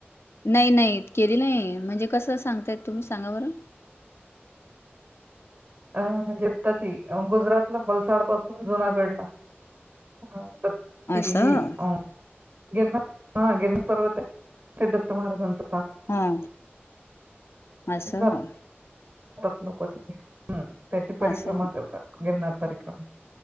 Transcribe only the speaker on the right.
अं म्हणजे आत्ताची अं गुजरातला पलसाड पासून जुनागडला <unintelligible>
छी ई अं गिरणा हा गिरणा पर्वत आहे ते दत्त महाराजांच
<unintelligible> <unintelligible> त्याची परिक्रमा
करतात, नर्मदा परिक्रमा